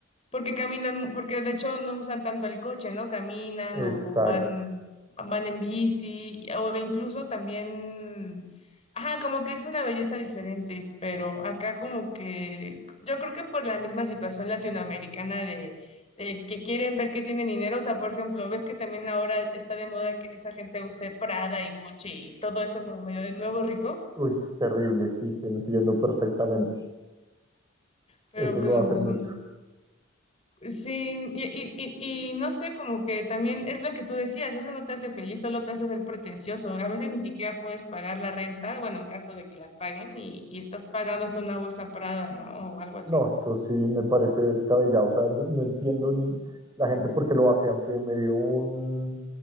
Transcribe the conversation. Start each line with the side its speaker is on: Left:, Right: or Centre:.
Left: Porque caminan, porque de hecho no usan tanto el coche, ¿no? Caminan
Right: Exacto.
Left: o, o van, van en bici, o incluso también, ajá, como que es una belleza diferente, pero acá como que, yo creo que por la misma situación latinoamericana de, de que quieren ver que tienen dinero, o sea, por ejemplo, ves que también ahora está de moda que esa gente use Prada y Gucci y todo eso como medio de nuevo rico,
Right: Uy, es terrible. Sí, te entiendo perfectamente.
Left: pero
Right: eso
Left: bueno,
Right: lo va a hacer mucho.
Left: son... Sí, y, y, y- y no sé, como que también es lo que tú decías, eso no te hace feliz, solo te hace ser pretencioso. A veces ni siquiera puedes pagar la renta, bueno, en caso de que la paguen, y, y estás pagándote una bolsa Prada ¿no? O algo así.
Right: No, eso sí me parece descabellado. O sea, yo no entiendo ni la gente por qué lo hace, aunque me vio un,